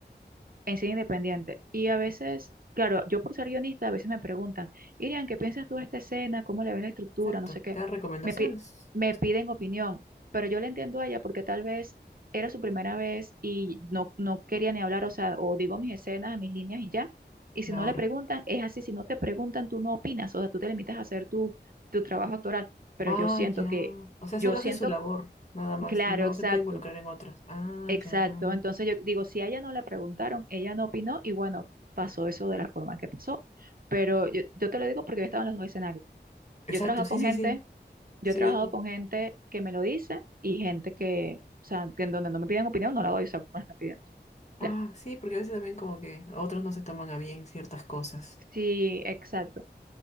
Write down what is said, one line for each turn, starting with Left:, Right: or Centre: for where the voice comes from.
Right: en cine independiente. Y a veces, claro, yo por ser guionista, a veces me preguntan, Irian, ¿qué piensas tú de esta escena? ¿Cómo le ves la estructura?
Left: Exacto,
Right: No sé qué.
Left: te dan recomendaciones.
Right: Me, pi- me piden opinión, pero yo le entiendo a ella porque tal vez era su primera vez y no, no quería ni hablar, o sea, o digo mis escenas, mis líneas y ya. Y si
Left: Claro.
Right: no le preguntan, es así, si no te preguntan, tú no opinas, o sea, tú te limitas a hacer tu, tu trabajo actoral. Pero
Left: Ah,
Right: yo siento
Left: ya.
Right: que,
Left: O sea, solo
Right: yo siento,
Left: hace su labor, nada más.
Right: claro,
Left: No
Right: exacto.
Left: se puede involucrar en otras. Ah,
Right: Exacto,
Left: ya.
Right: entonces yo digo, si a ella no le preguntaron, ella no opinó y bueno, pasó eso de la forma que pasó. Pero yo, yo te lo digo porque yo he estado en los dos escenarios.
Left: Exacto,
Right: Yo he trabajado
Left: sí,
Right: con
Left: sí,
Right: gente,
Left: sí.
Right: yo
Left: Estoy
Right: he trabajado
Left: viendo.
Right: con gente que me lo dice y gente que, o sea, que en donde no me piden opinión, no la doy, o sea, no me la están pidiendo. Ya.
Left: Ah, sí, porque a veces también como que otros no se toman a bien ciertas cosas.
Right: Sí, exacto.